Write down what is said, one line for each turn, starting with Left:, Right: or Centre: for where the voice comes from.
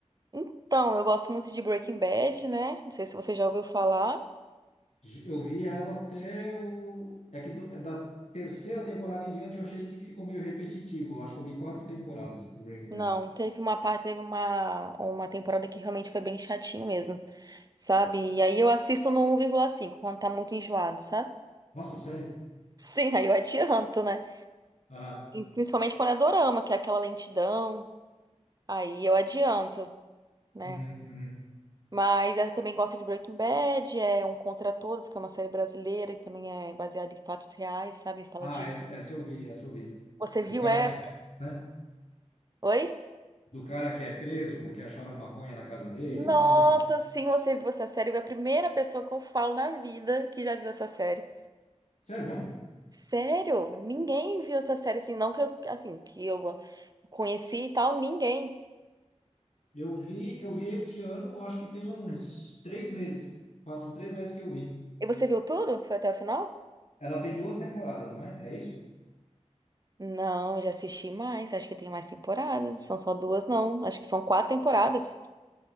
Right: Então, eu gosto muito de Breaking Bad, né, não sei se você já ouviu falar,
Left: J- Eu vi ela até o. É que do- é da terceira temporada em diante eu achei que ficou meio repetitivo. Eu acho que eu vi quatro temporadas do Breaking Bad.
Right: não, teve uma parte, teve uma, uma temporada que realmente foi bem chatinho mesmo, sabe, e aí eu assisto no um vírgula cinco quando tá muito enjoado, sabe?
Left: Nossa, sério?
Right: <laughs> Sim, aí eu adianto, né,
Left: Ah,
Right: principalmente quando é dorama, que é aquela lentidão, aí eu adianto, né
Left: uhum, uhum.
Right: Mas ela também gosta de Breaking Bad, é Um Contra Todos, que é uma série brasileira e também é baseada em fatos reais, sabe? Fala
Left: Ah,
Right: de.
Left: essa, essa eu vi, essa eu vi.
Right: Você viu
Left: Do cara
Right: essa?
Left: que é, né?
Right: Oi?
Left: Do cara que é preso porque acharam maconha na casa dele
Right: Nossa,
Left: e tal.
Right: sim, você viu essa série? É a primeira pessoa que eu falo na vida que já viu essa série.
Left: Sério mesmo?
Right: Sério? Ninguém viu essa série assim, não que eu, assim, que eu conheci e tal, ninguém.
Left: Eu vi, eu vi esse ano, eu acho que tem uns três meses. Faz uns três meses que eu vi.
Right: E você viu tudo? Foi até o final?
Left: Ela tem duas temporadas, não é? É isso?
Right: Não, eu já assisti mais. Acho que tem mais temporadas. São só duas, não. Acho que são quatro temporadas.